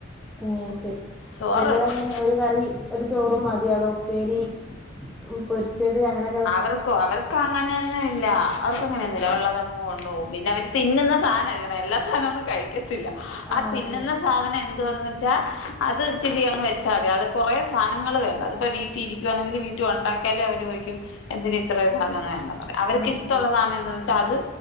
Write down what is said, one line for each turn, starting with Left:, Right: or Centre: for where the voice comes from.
Centre: <unintelligible>
Left: ചോറ്
Centre: കളങ്ങനെ
Left: വെച്ച്
Centre: <unintelligible> കറി ഒരു ചോറും മതി. അത ഉപ്പേരി, പൊരിച്ചത് അങ്ങനെ.
Left: അവർക്കോ അവർ കങ്ങനെന്നുല്ല. അവർക്കു അങ്ങനേംന്നില്ല ഉള്ളതങ് കൊണ്ടു പോകും. പിന്നെ അവര് തിന്നുന്ന സാധന നല്ല സാധനം ഒന്നും കഴിക്കത്തില്ല. ആ
Centre: ആണോ
Left: തിന്നുന്ന സാധനം എന്ത്‌ ന്തോന്ന് വെച്ചാ അത് ഇച്ചിരി അങ്ങ് വെച്ചാ മതി. അത് കുറെ സാധനങ്ങൾ വേണ്ട. അതിപ്പോ വീട്ടിരി <unintelligible> ന്നെങ്കിൽ വീട്ടിൽ ഉണ്ടാക്കാലേ അവര് പോയ്ക്കും. എന്തിന് ഇത്രയും സാധനം വേണ്ടന്ന്. അവർക്ക്
Centre: ആഹ്
Left: ഇഷ്ടമുള്ള സാധനം എന്താ വെച്ചാൽ അത്.